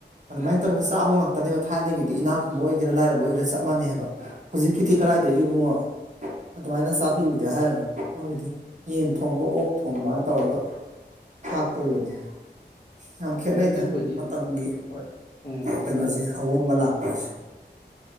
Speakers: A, on the right (about 40°); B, on the left (about 65°).
A: ꯑꯗꯨꯃꯥꯏꯅ ꯇꯧꯔꯒ ꯆꯥꯕ ꯉꯥꯛꯇꯅꯦꯕ ꯊꯥꯏꯅꯒꯤꯗꯤ ꯏꯅꯥꯛ ꯈꯨꯨꯝꯕ ꯑꯣꯏꯒꯦꯔꯥ ꯂꯥꯏꯔꯕ ꯑꯣꯏꯒꯦꯔꯥ ꯆꯞ ꯃꯥꯟꯩꯑꯕ ꯍꯧꯖꯤꯛꯀꯤꯗꯤ ꯀ ꯀꯋꯥꯏꯗꯒꯤꯕꯨꯡꯉꯣ ꯑꯗꯨꯃꯥꯏꯅ ꯆꯥꯕꯤꯕꯗꯤ ꯍꯥꯏꯔꯨꯅꯨ ꯃꯣꯏꯒꯤꯗꯤ ꯌꯦꯟ ꯊꯣꯡꯕ ꯑꯣꯛ ꯊꯣꯡꯕꯅ ꯇꯧꯔꯒ ꯊꯥꯛꯇꯣꯏꯕꯅꯤ ꯌꯥꯝ ꯈꯦꯠꯅꯩꯗ
B: ꯍꯣꯏ ꯑꯗꯨꯕꯨꯗꯤ
A: ꯃꯇꯝꯒꯤ
B: ꯍꯣꯏ ꯎꯝ
A: ꯀꯩꯅꯣꯁꯦ ꯑꯑꯣꯡꯕ ꯂꯥꯛꯄ ꯍꯥꯏꯁꯦ